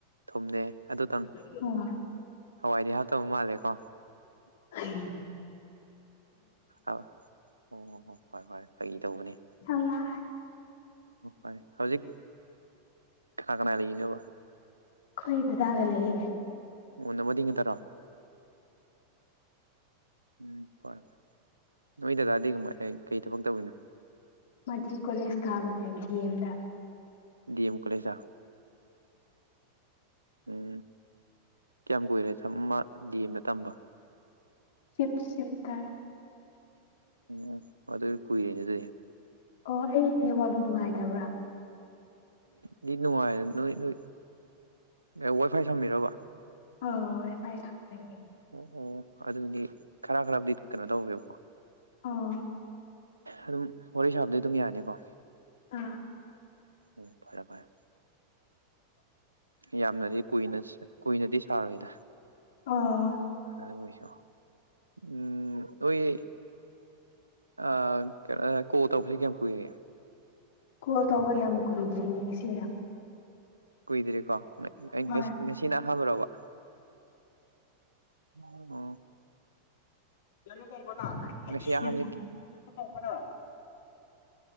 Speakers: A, on the right (about 80°); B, on the left (about 55°).
A: ꯊꯨꯝꯅꯦ ꯑꯗꯨꯇꯪ
B: ꯑꯣ
A: ꯍꯋꯥꯏꯗꯤ ꯍꯥꯇꯧ ꯃꯥꯜꯂꯦꯀꯣ
B: ꯑ
A: ꯑꯣ ꯍꯣ ꯍꯣ ꯍꯣꯏ ꯍꯣꯏ ꯐꯩ ꯇꯧꯕꯅꯦ
B: ꯌꯥꯝ ꯂꯥꯏ
A: ꯑꯣ ꯐ ꯍꯧꯖꯤꯛ ꯀꯅꯥ ꯀꯅꯥ ꯂꯩꯔꯤꯅꯕ
B: ꯍꯣꯏꯗꯗꯒꯂꯌꯦꯦ
A: ꯅ ꯃꯗꯤꯉ ꯇꯔꯣ ꯎꯝ ꯐꯔꯦ ꯐꯦ ꯅꯣꯏ ꯗꯗꯥꯗꯤ ꯀꯃꯥꯏ ꯀꯩ ꯊꯕꯛ ꯇꯧꯔꯤꯅꯣ
B: ꯃꯊ ꯀꯣꯂꯦꯁ ꯀꯥꯒꯗꯦ ꯙꯑꯗ
A: ꯗꯤꯑꯦꯝ ꯀꯂꯦꯖꯥ ꯎꯝ ꯀꯌꯥꯝ ꯀꯨꯏꯔꯦ ꯊ ꯑꯃ ꯒꯦꯝꯗ ꯇꯝꯕ
B: ꯁꯤꯞ ꯁꯤꯟꯇꯜ
A: ꯎꯝ ꯑꯗ ꯀꯏꯔ ꯑꯗꯨꯦ
B: ꯑꯣ ꯑꯩ ꯅꯦꯠꯋꯥꯛ ꯅꯨꯡꯉꯥꯏꯗꯕ꯭ꯔꯥ
A: ꯅꯨꯡꯉꯥꯏꯔ ꯅ ꯅ ꯑꯦ ꯋꯥꯏ ꯐꯥꯏ ꯁꯝꯕꯤꯔꯕ
B: ꯑꯧ ꯋꯥꯏꯐꯥꯏ ꯁꯝꯕꯒꯤ
A: ꯑꯣ ꯑꯗꯗꯤ ꯈꯔ ꯈꯔꯕꯨꯗꯤ ꯀꯩꯅꯣ ꯇꯧꯦꯕꯀꯣ
B: ꯑ
A: ꯑꯗꯨꯝ ꯋꯥꯔꯤ ꯁꯥꯕꯗꯤ ꯑꯗꯨꯝ ꯌꯥꯅꯤꯀꯣ
B: ꯑꯥ
A: ꯎꯝ ꯐꯔꯦ ꯐꯔꯦ ꯌꯥꯝꯅꯗꯤ ꯀꯨꯅ ꯀꯨꯏꯅꯗꯤ ꯁꯥꯔꯣꯏꯗ
B: ꯑꯣ
A: ꯑꯗꯨ ꯑꯣꯏꯁꯨ ꯎꯝ ꯑꯣꯏꯣꯏ ꯑ ꯀꯣ ꯇꯐꯤꯁ ꯌꯥꯝ ꯀꯏꯅꯦꯦ
B: ꯀ ꯇꯧꯕ ꯌꯥꯝ ꯑꯃꯛ ꯀꯔꯗꯔꯤ ꯁꯤ
A: ꯀꯨꯏꯗ꯭ꯔꯤꯀꯣ
B: ꯍꯣꯏ
A: ꯉꯁꯤ ꯅꯍꯥꯟꯕ꯭ꯔꯣꯕ ꯎ
B: <unintelligible>
A: ꯉꯁꯤ ꯑꯍꯥꯟꯕꯁꯦ